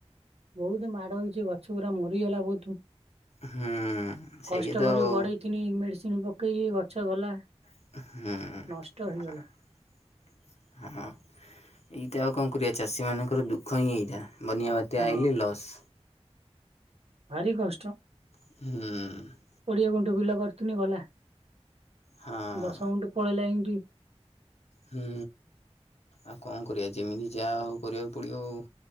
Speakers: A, on the right; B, on the left.
A: ବହୁତ ମାଡ ହେଇଛି, ଗଛ ଗୁରା ମରିଗଲା ବହୁତୁ।
B: ହୁଁ ସେଇଆ
A: କଷ୍ଟକରି
B: ତ ଆଉ
A: ବଢେଇଥିନି ମେଡିସିନ ପକେଇକି ଗଛ ଗଲା।
B: ହୁଁ।
A: ନଷ୍ଟ ହେଇଗଲା
B: ହଁ ଏଇଟା ଆଉ କଣ କରିବା ଚାଷୀମାନଙ୍କର ଦୁଃଖ ହିଁ ଏଇଟା। ବନିଆ ବାତିଆ
A: ହଁ
B: ଆଇଲି ଲସ୍।
A: ଭାରି କଷ୍ଟ।
B: ହୁଁ।
A: କୋଡିଏ ଗୁଣ୍ଠୁ ବିଲ କରିଥନି ଗଲା
B: ହଁ
A: ଦଶ ଗୁଁଠୁ ପଳେଇଲା ଏମତି।
B: ହୁଁ ଆଉ କଁ କରିବା ଯେମିତି ଯାହା ହୋଉ କରିବାକୁ ପଡ଼ିବ ଆଉ।